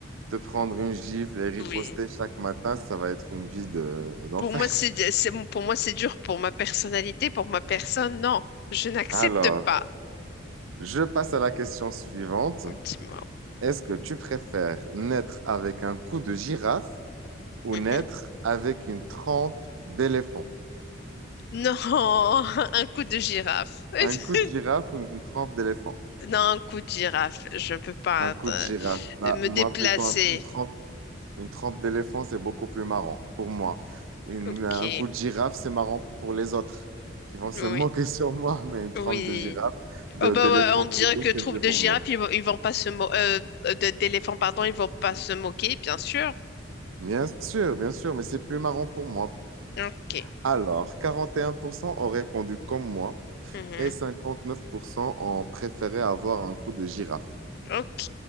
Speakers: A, on the right (about 80°); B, on the left (about 50°).
A: te prendre une gifle et riposter
B: oui.
A: chaque matin, ça va être une vie de, d'enfer.
B: Pour moi, c'est, c'est- pour moi, c'est dur. Pour ma personnalité, pour ma personne, non, je n'accepte
A: Alors,
B: pas.
A: Je passe à la question suivante.
B: Dis-moi.
A: Est-ce que tu préfères naître avec un cou de girafe ou
B: Mhm.
A: naître avec une trempe d'éléphant?
B: Non, <laughs> un coup de girafe. <laughs>
A: Un cou de girafe ou une trempe d'éléphant?
B: Non, un coup de girafe. Je ne peux pas
A: Un cou
B: euh,
A: de girafe. Bah,
B: me
A: moi,
B: déplacer.
A: plutôt un- une trempe, une trempe d'éléphant, c'est beaucoup plus marrant pour moi. Une-
B: Ok.
A: un cou de girafe, c'est marrant pour les autres qui vont se
B: Oui.
A: <laughs> moquer sur moi, mais une trempe
B: Oui.
A: de girafe, de,
B: Oh bah
A: d'éléphant
B: ouais, on dirait
A: plutôt,
B: que
A: c'est
B: troupe
A: mieux
B: de
A: pour
B: girafes,
A: moi.
B: ils vont, ils vont pas se mo euh, de- d'éléphants, pardon, ils vont pas se moquer, bien sûr.
A: Bien sûr, bien sûr, mais c'est plus marrant pour moi
B: Ok.
A: Alors, 41% ont répondu comme moi
B: Mhm.
A: et 59% ont préféré avoir un coup de girafe.
B: Ok.